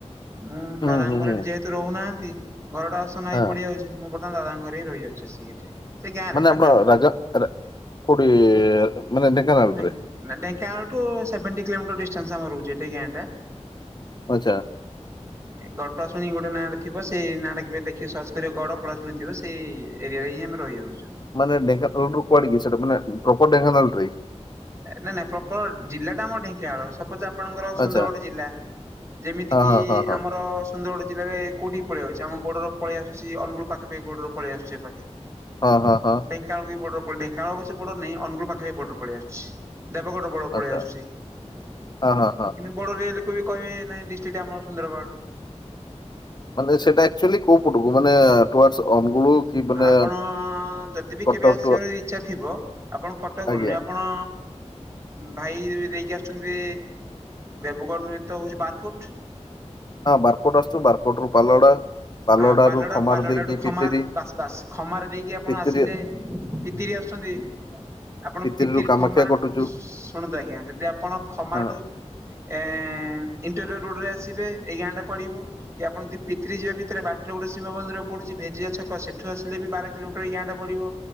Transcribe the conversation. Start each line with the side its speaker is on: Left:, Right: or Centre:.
Right: ମୁଁ
Left: ହୁଁ
Right: ଦାଦାଙ୍କର
Left: ହୁଁ ହୁଁ
Right: ଯେହେତୁ ରହୁନାହାନ୍ତି ଘରଟା ଅସନା ହିଁ
Left: ହଁ
Right: ପଡ଼ିଯାଉଛି, ମୁଁ ବର୍ତମାନ ଦାଦା ଘରେ ହି ରହିଯାଉଛି ସିଏ ଏଠେ ସେ ଗାଁ ରେ,
Left: ମାନେ
Right: ପାଖରେ
Left: ଆମ
Right: ପାଖି
Left: ରାଜା ରା କୋଉଠି ମାନେ ଢେଙ୍କାନାଳରେ
Right: ନାଇଁ, ଢେଙ୍କାନାଳୁ ସେଭେଣ୍ଟି କିଲୋମିଟର ରହୁଛି ହେଠି ଗାଁ ଟା,
Left: ଆଚ୍ଛା
Right: ଗଡପଳାଶୁଣି ଗୋଟେ ନାଁ ଥିବ ସେଇ ନାଟା କେବେ ଦେଖି ସର୍ଚ୍ଚ କରିବେ ଗଡ ପଳାଶୁଣି ଥିବ ସେଇ ଏରିଆରେ ହିଁ ଆମେ ରହିଆଉଚୁ।
Left: ମାନେ ଢେଙ୍କାନାଳ ରୁ କୁଆଡେ କି ସେଟା ମାନେ ପ୍ରପୋର ଢେଙ୍କାନାଳରେ
Right: ନାଇଁ ନାଇଁ ପ୍ରପର ଜିଲ୍ଲା ଟା ଆମର ଢେଙ୍କାନାଳ ସପୋଜ ଆପଣଙ୍କର ସୁନ୍ଦରଗଡ଼
Left: ଆଚ୍ଛା
Right: ଜିଲ୍ଲା ଯେମିତି
Left: ହଁ
Right: କିି
Left: ହଁ ହଁ ହଁ
Right: ଆମର ସୁନ୍ଦରଗଡ଼ ଜିଲ୍ଲାରେ କୋଉଠି କି ପଳେଆଉଚୀ ଆମ ବର୍ଡରକୁ ପଳେଇ ଆସୁଚି ଅନୁଗଳ ପାଖାପାଖି ବର୍ଡରକୁ ପଳେଇ ଆସୁଚି ଏପାଖେ
Left: ହଁ ହଁ ହଁ
Right: ଢେଙ୍କାନାଳ ବି ବର୍ଡର ପ ଢେଙ୍କାନାଳ ଅବଶ୍ୟ ବଡର ନାହିଁ ଅନୁଗୁଳ ପାଖାପାଖି ବର୍ଡର ପଳେଇ ଆସିଚି। ଦେବଗଡ ବର୍ଡର
Left: ଆଚ୍ଛା
Right: ପଳେଇ ଆସୁଚି କିନ୍ତୁ
Left: ହଁ ହଁ ହଁ
Right: ବର୍ଡରେ ଲୋକ ବି କହିବେ ନାଇଁ ଡିଷ୍ଟିକ ଟା ଆମର ସୁନ୍ଦରଗଡ଼।
Left: ମାନେ ସେଇଟା ଆକଚ୍ୟୁଲି କୋଉ ପଟକୁ ମାନେ ଟୁଆଡର୍ସ ଅନୁଗୁଳ। କି ମାନେ
Right: ଆପଣ ଯଦି ବି
Left: କଟକ
Right: କେବେ ଆସିବାର
Left: ଟୁ
Right: ଇଚ୍ଛା ଥିବ ଆପଣ କଟକରୁ
Left: ଆଜ୍ଞା।
Right: ନି ଆପଣ ଭାଇ ଦେଇକି ଆସୁଚନ୍ତି ଦେବଗଡ଼ ନୁହେଁ ତ ହୋଉଚି ବାରକୋଟ୍।
Left: ହଁ ବାରକୋଟ୍ ଆସୁଚୁ ବାରକୋଟ୍ ରୁ ପାଲଲହଡା ପାଲଲହଡା
Right: ହଁ ପାଲହଡା
Left: ରୁ ଖମାର
Right: ପାଲହଡାଠୁ
Left: ଦେଇକି
Right: ଖମାର
Left: ପିତିରି
Right: ବାସ ବାସ ଖମାର ଦେଇକି ଆପଣ
Left: ପିତିରି
Right: ଆସିଲେ ପିତିରି ଆସୁଚନ୍ତି। ଆପଣ
Left: ପିତିରିରୁ
Right: ପିତିରି
Left: କାମାକ୍ଷା
Right: ଖମାର
Left: କଟୁଛୁ
Right: ଶୁଣନ୍ତୁ ଆଜ୍ଞା ଯଦି ଆପଣ ଖମାରଠୁ
Left: ହଁ
Right: ଏ ଇଣ୍ଟରିଅର ରୋଡରେ ଆସିବେ ଏଇ ଗାଁ ଟା ପଡିବ କି ଆପଣ ଯଦି ପିତିରି ଯିବେ ବି ବାଟରେ ଗୋଟେ ଶିବମନ୍ଦିର ପଡୁଚି ଭେଜିଆ ଛକ ସେଠୁ ଆସିଲେ ବି ବାର କିଲୋମିଟର ଏଇ ଗାଁଟା ପଡିବ।